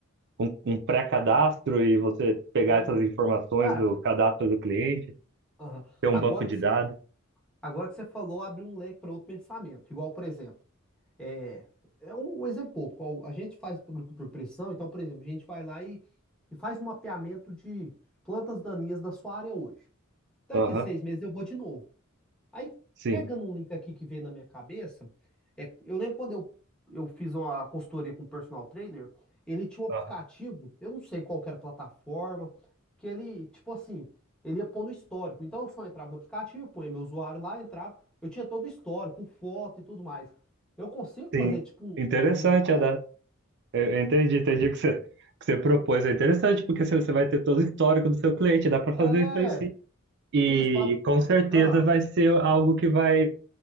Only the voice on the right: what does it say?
um, um pré-cadastro e você pegar
essas informações
do cadastro do cliente,
ter um
banco de
dados.
Aham,
sim.
Aham,
sim.
Interessante,
Adá. Eu eu entendi, entendi o que você, que você propôs. É interessante, porque você você vai ter todo o histórico do seu cliente, dá para fazer
isso aí sim. E,
e com certeza
vai ser algo que vai